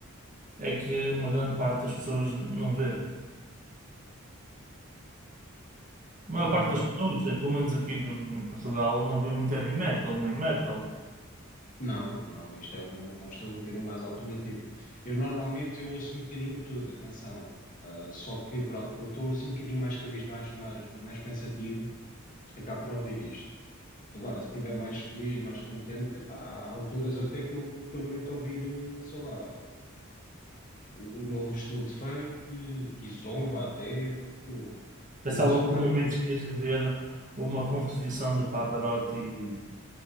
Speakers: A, on the right (about 40°); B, on the left (about 40°).
A: É que uma grande parte das pessoas não vê.
B: Grande
A: A maior parte
B: parte
A: das pessoas, pelo menos aqui em Portugal, não vê muito heavy metal, nem metal.
B: Não, não, isto é um, é um estilo um bocadinho mais alternativo. Eu normalmente eu ouço um bocadinho de tudo, atenção. Ah, só que, pronto, quando estou assim um bocadinho mais cabisbaixo, mais, mais pensativo, acabo por ouvir isto. Agora, se estiver mais feliz, mais contente, epá, há alturas até que eu, que eu me meto a ouvir, eh, sei lá, o, o novo estilo de funk, que zomba até, eu,
A: Pensava
B: eu ouço um
A: por
B: bocado
A: momentos
B: de tudo.
A: que ias dizer uma composição de Pavarotti.